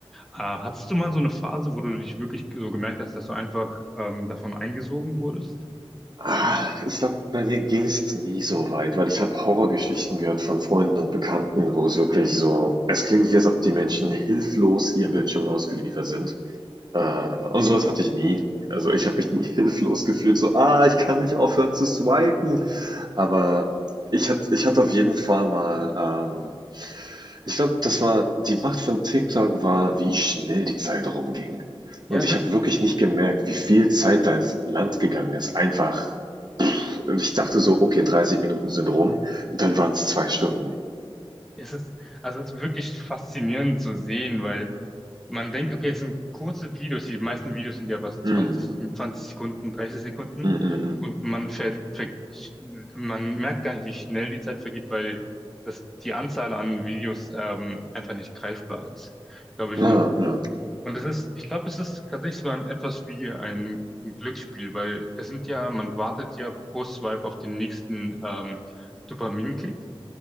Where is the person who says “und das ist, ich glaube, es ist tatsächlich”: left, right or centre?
Centre